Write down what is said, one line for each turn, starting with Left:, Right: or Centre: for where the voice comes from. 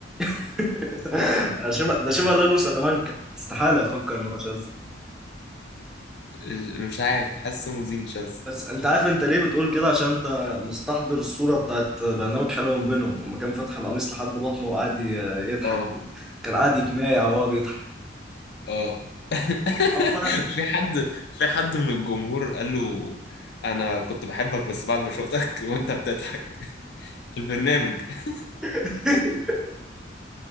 Centre: <laughs> ده شبه ده شبه لالو سلامانكا استحالة افكر ان هو شاذ
Left: <laughs> مش عارف حاسس سامو زين شاذ
Centre: بس انت عارف انت ليه بتقول كده عشان انت مستحضر الصورة بتاعت برنامج حلو من بينهم لما كان فاتح القميص لحد بطنه وقعد ي- يضحك
Left: اه
Centre: كان قاعد يتمايع وهو بيضحك
Left: اه
Centre: اه
Left: <laughs>
Centre: فعلا
Left: في حد في حد من الجمهور قال له انا كنت بحبك بس بعد ما شفتك <laughs> وانت بتضحك في البرنامج <laughs>
Centre: <laughs>